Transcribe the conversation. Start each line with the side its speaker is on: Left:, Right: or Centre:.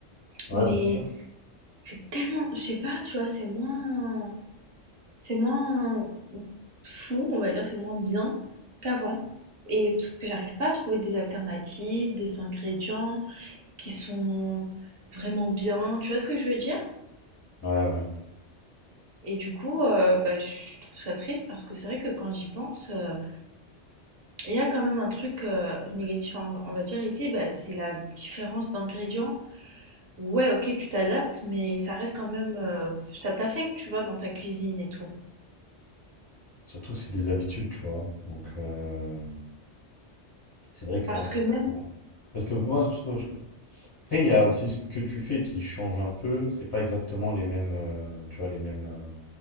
Left: Ouais,
Right: mais
Left: bien sûr.
Right: c'est tellement, je sais pas, tu vois, c'est moins, c'est moins fou, on va dire, c'est moins bien qu'avant. Et parce que j'arrive pas à trouver des alternatives, des ingrédients qui sont vraiment bien, tu vois ce que je veux dire?
Left: Ouais, ouais.
Right: Et du coup, heu, bah, je trouve ça triste parce que c'est vrai que quand j'y pense, heu, il y a quand même un truc, heu, négatif, on va on va dire ici, bah, c'est la différence d'ingrédients. Ouais, OK, tu t'adaptes, mais ça reste quand même, heu, ça t'affecte, tu vois, dans ta cuisine et tout.
Left: Surtout que c'est des habitudes, tu vois. Donc, euh, c'est vrai que.
Right: Parce
Left: ouais.
Right: que même
Left: Parce que moi, je trouve. je- Après, il y a aussi ce que tu fais qui change un peu. C'est pas exactement les mêmes, euh, tu vois, les mêmes, euh,